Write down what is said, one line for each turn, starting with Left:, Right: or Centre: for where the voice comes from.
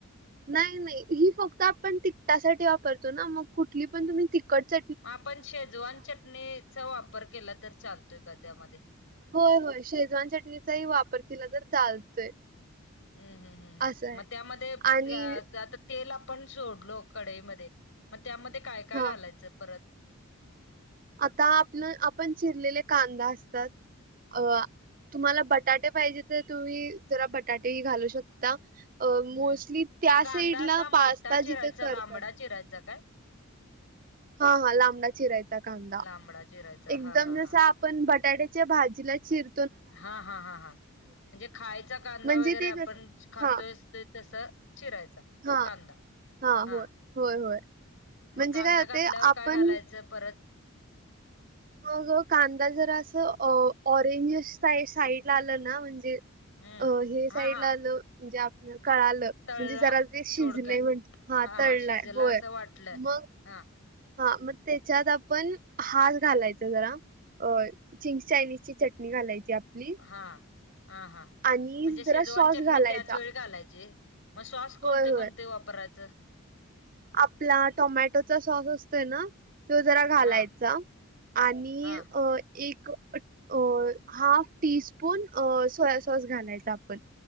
Right: नाही, नाही ही फक्त आपण तिकटासाठी वापरतो ना मग कुठली पण तुम्ही तिखट च
Left: आपण शेजवान चटणीचा वापर केला तर चालतोय का त्यामध्ये?
Right: होय, होय शेजवान चटणीचाही वापर केला तरी चालतोय.
Left: हम्म, हम्म, हम्म
Right: असं आहे
Left: मग त्यामध्ये
Right: आणि
Left: आता तेल आपण सोडलो कडाईमध्ये मग त्यामध्ये काय, काय
Right: हा
Left: घालायचं परत?
Right: आता आपलं आपण चिरलेले कांदा असतात अ तुम्हाला बटाटे पाहिजे तर तुम्ही जरा बटाटेही घालू शकता. अ
Left: हम्म
Right: मोसली त्या
Left: मग कांदा
Right: साईडला
Left: असा मोठा
Right: पास्ता
Left: चिरायचा
Right: जिथे करतात.
Left: लांबडा चिरायचा काय?
Right: हा हा लांबला चिरायचा कांदा
Left: लांबडा चिरायचा
Right: एकदम
Left: हा हा
Right: जसा
Left: हा
Right: पण बटाट्याच्या भाजीला चिर
Left: हा हा हा हां म्हणजे खायचा कांदा
Right: म्हणजे
Left: वगैरे
Right: ते
Left: आपण
Right: कसं
Left: खातोय
Right: हां,
Left: ते तस चिरायच.
Right: हां,
Left: कांदा
Right: हां.
Left: हा
Right: होय, होय, होय.
Left: मग
Right: म्हणजे
Left: कांदा
Right: काय होते
Left: घातल्यावर
Right: आपण
Left: काय घालायचं? परत?
Right: मग कांदा जरा असं ऑरेंज सा साईड ला आलं ना म्हणजे
Left: हम्म
Right: अ हे साईड
Left: हा हा
Right: ला आलो जे आप कळालं
Left: तळला
Right: म्हणजे जरा ते शिजले
Left: थोडक्यात
Right: म्हण हा तळलाय
Left: शिजला
Right: होय
Left: असं वाटलं
Right: मग
Left: हा.
Right: हा मग त्याच्यात आपण हात घालायच जरा. अ चिंग्स चायनीज ची चटणी घालायची आपली.
Left: हा हां हा
Right: आणि
Left: म्हणजे शेजवान
Right: जरा सॉस
Left: चटणी
Right: घालायचा.
Left: त्याच वेळी घालायची? मग सॉस
Right: होय,
Left: कोणते
Right: होय.
Left: कोणते वापरायचं?
Right: आपला टोमॅटोचा सॉस असतोय ना तो जरा घालायचा
Left: हा
Right: आणी
Left: हा हा
Right: अ एक अ हाफ टीस्पून अ सोया सॉस घालायचा आपण.